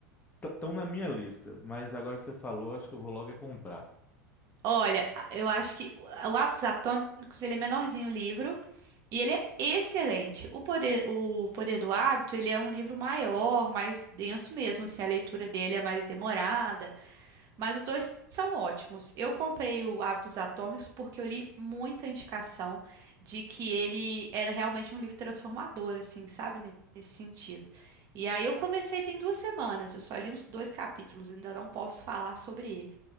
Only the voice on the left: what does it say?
estão na minha lista. Mas agora que você falou, acho que eu vou logo é comprar.